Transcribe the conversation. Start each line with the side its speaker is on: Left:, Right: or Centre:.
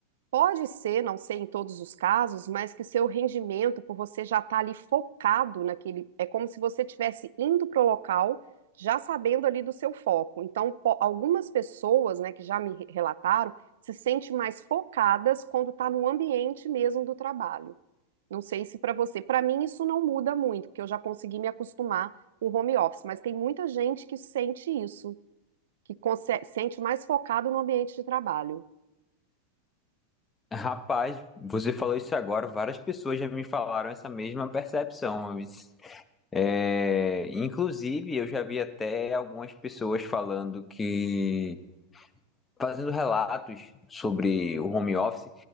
Right: Pode ser, não sei em todos os casos, mas que o seu rendimento, por você já estar ali focado naquele, é como se você estivesse indo para o local, já sabendo ali do seu foco. Então, po- algumas pessoas, né, que já me re- relataram, se sentem mais focadas quando está no ambiente mesmo do trabalho. Não sei se para você, para mim isso não muda muito, porque eu já consegui me acostumar com o home office, mas tem muita gente que sente isso, que conse- sente mais focado no ambiente de trabalho.
Left: Rapaz, você falou isso agora, várias pessoas já me falaram essa mesma percepção. É, inclusive, eu já vi até algumas pessoas falando que fazendo relatos sobre o home office